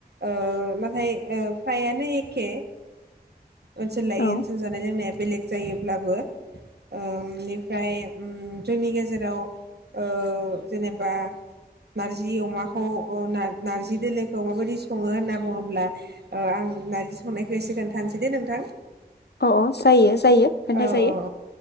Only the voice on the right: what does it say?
ओ नाथाय नो फ्रायानो एखे ओनसोल लायै
ओनसोल जानाय लोंनाया बेलेग जायो ब्लाबो ओ इनिफ्राय ओम जोंनि गेजेराव ओ जेनेबा नारजि अमाखौ ओ नार नारजि दोलोखौ माबायदि सङो होनना बुङोब्ला ओ आं नार्जि संनायखौ एसे खोन तानोसै दे नोंथां
औ
औ